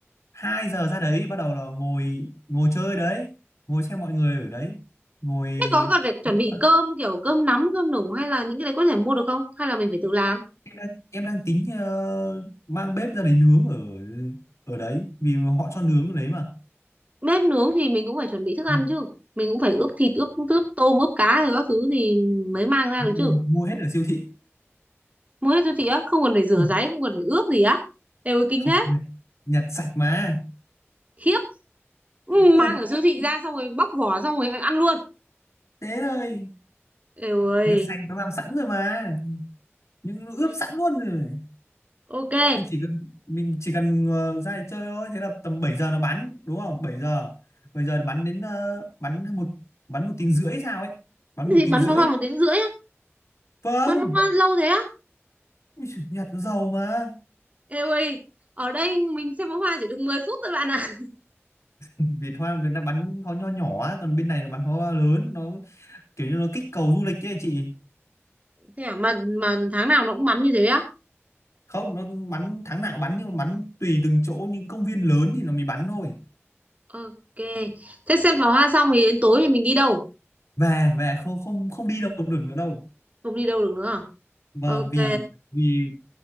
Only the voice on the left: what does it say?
hai giờ ra đấy bắt đầu là ngồi ngồi chơi đấy ngồi xem mọi người ở đấy ngồi
nhưng
mà
em đang, em đang tính ờ, mang bếp ra đấy nướng ở ở đấy vì họ cho nướng ở đấy mà
Ừ.
mua,
mua hết ở siêu thị
ừ,
không
nhặt, nhặt sạch mà
ờ,
khiếp,
thế thôi
nhặt sạch nó làm sẵn rồi mà nhưng nó ướp
sẵn luôn rồi
mình chỉ cần mình chỉ cần ờ, ra để chơi thôi thế là tầm 7 giờ nó bắn đúng không bảy giờ bảy giờ nó bắn đến ờ, bắn một bắn một tiếng rưỡi sao ấy bắn
một tiếng
rưỡi
vâng
Ui, giời, nhặt nó giàu mà
Việt Hoa bên nó bắn pháo nho nhỏ á còn bên này nó bắn pháo hoa lớn nó kiểu như nó kích cầu du lịch ấy chị
không nó bắn tháng nào bắn nhưng mà bắn tùy từng chỗ những công viên lớn thì nó mới bắn thôi
về về không không không đi đâu được nữa đâu
vâng
vì vì